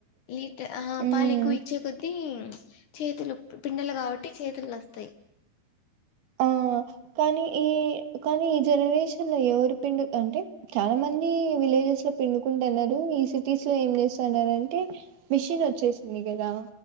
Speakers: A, on the left (about 75°); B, on the right (about 60°).
A: లీటర్ ఆ
B: ఉమ్
A: పాలు ఎక్కువ ఇచ్చే కొద్దీ చేతులు పిండలే కాబట్టి చేతులు నోస్తాయి
B: ఆ కానీ ఈ కానీ ఈ జనరేషన్ లో ఎవరు పిండు అంటే చాలా మంది విలేజెస్ లో పిండుకుంటున్నారు ఈ సిటీస్ లో ఏం చేస్తున్నారు అంటే మిషిన్ వచ్చేసింది కదా